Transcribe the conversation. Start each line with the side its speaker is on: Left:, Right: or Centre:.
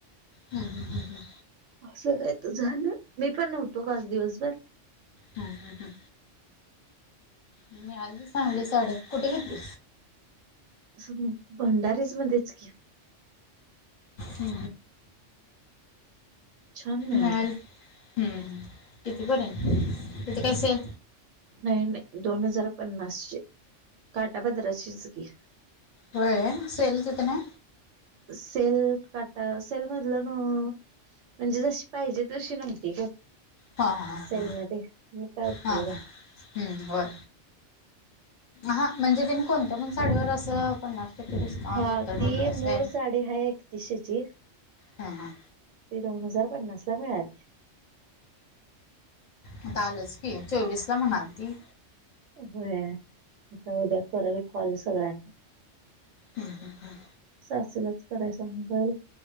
Left: हम् हम हम हं
Right: असं काय तर झालं मी पण नव्हतो काच दिवसभर
Left: हम ह ह मी आज सांगली साडी कुठे घेतली.
Right: असं भंडारीज मध्येच की
Left: ह
Right: छान मिळाली
Left: मल हम्म किती पर्य तिथे कस आहे
Right: नाही नाही दोन हजार पन्नास चे काटा पदराचीच घी
Left: क सेल तिितने
Right: सेल काटा सल मधला ना म्हणजे जशी पाहिजे तशी नव्हती ग
Left: हा हा
Right: सेल
Left: हा
Right: मध्ये मग काय उपयोग
Left: हा हा
Right: आहे.
Left: हम्म बर हा म्हणजे तेी कोणत्या पण साडीवर असं पणणार त िस्काउऊंट
Right: हा
Left: जो
Right: ती
Left: त अस असला
Right: मूळ साडी आहे एकतीसशेची
Left: हां हां
Right: ती दोन हजार पन्नास ला मिळाली.
Left: हा लच की चोवीस ला म्हणाल ती
Right: हो आता उद्या करेल कॉल सगळ्यांना.
Left: हम हम हम
Right: स असलाच कराय सांगल